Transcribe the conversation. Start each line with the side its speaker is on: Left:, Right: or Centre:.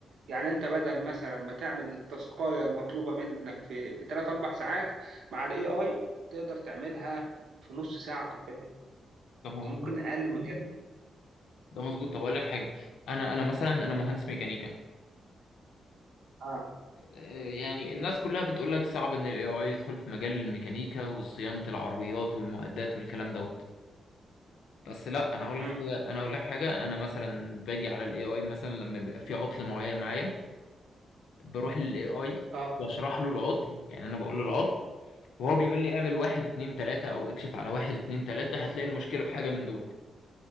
Right: يعني انت بدل مثلا ما تعمل التاسكايه المطلوبه منك في في 3 4 ساعات مع الاي اي تقدر تعملها في نص ساعه حرفيا
Left: ده مظبوط
Right: وممكن اقل من كده
Left: ده مظبوط طب اقول لك حاجه انا انا مثلا انا مهندس ميكانيكا
Right: اه
Left: آه، يعني الناس كلها بتقول لك صعب ان الاي اي يدخل في مجال الميكانيكا وصيانه العربيات والمعدات والكلام دوت بس لا انا هقول
Right: امم
Left: لك حاجه انا هقول لك حاجه انا مثلا باجي على الاي اي مثلا لما بيبقى في عطل معين معايا بروح للاي اي
Right: اه
Left: بشرح له العطل يعني انا بقول له العطل وهو بيقول لي اعمل واحد اتنين تلاته او اكشف على واحد اتنين تلاته هتلاقي المشكله في حاجه من دول